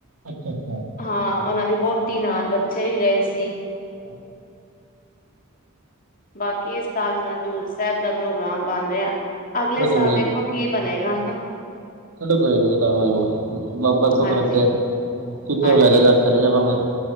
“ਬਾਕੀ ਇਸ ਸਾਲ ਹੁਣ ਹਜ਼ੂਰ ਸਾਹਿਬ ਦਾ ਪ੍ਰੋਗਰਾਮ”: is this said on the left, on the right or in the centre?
Left